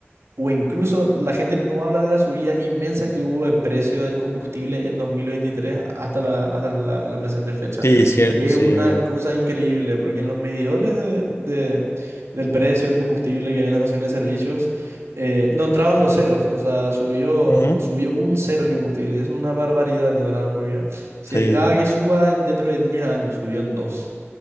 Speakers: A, on the right; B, on the left.
A: O incluso la gente no habla de la subida inmensa que hubo de precio del combustible en 2023 hasta la, hasta la, la presente fecha,
B: Sí, es cierto,
A: que
B: sí,
A: es una
B: es verdad.
A: cosa increíble, porque en los medidores de, de- del precio del combustible que hay en las estaciones de servicios, eh, no entraban los ceros, o sea, subió,
B: Ujú.
A: subió un cero el combustible, es una barbaridad, de verdad, porque se
B: Sí,
A: esperaba
B: sí.
A: que suba en- dentro de 10 años, subió en dos.